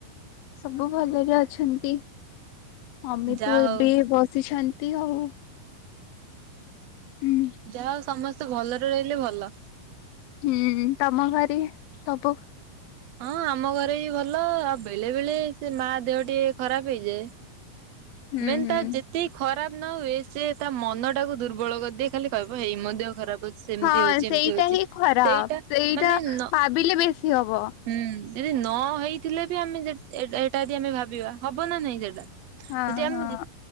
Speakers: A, on the left; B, on the right.
A: ସବୁ ଭଲରେ ଅଛନ୍ତି ମମି
B: ଯାହା
A: ତୁ
B: ହଉ
A: ଏବେ ବସିଛନ୍ତି ଆଉ। ହୁଁ
B: ଯାହା ହଉ, ସମସ୍ତେ ଭଲରେ ରହିଲେ ଭଲ।
A: ହୁଁ, ତମ ଘରେ ସବୁ
B: ହଁ ଆମ ଘରେ ବି ଭଲ ଆଉ, ବେଳେ ବେଳେ ସେ ମା ଦେହ ଟିକେ ଖରାପ ହେଇଯାଏ।
A: ହୁଁ
B: ମେନ୍
A: ହୁଁ
B: ତା ଯେତ୍ ତେ ଖରାପ ନ ହୁଏ ସେ ତା ମନ ଟାକୁ ଦୁର୍ବଳ କରିଦିଏ ଖାଲି କହିବ ହେଇ ମୋ ଦେହ ଖରାପ। ହଉଛି ସେମିତି
A: ହଁ
B: ହଉଛି
A: ସେଇଟା
B: ଏମିତି ହଉଛି
A: ହିଁ ଖରାପ,
B: ସେଇଟା
A: ସେଇଟା
B: ମାନେ ନ
A: ଭାବିଲେ ବେଶୀ ହବ।
B: ହୁଁ ଯଦି ନ ହେଇଥିଲେ ବି ଆମେ ଏଟା ଯି ଆମେ ଭାବିବା ହବ ନା ନାଇଁ ସେଟା।
A: ହଁ
B: ଯଦି ଆମେ
A: ହଁ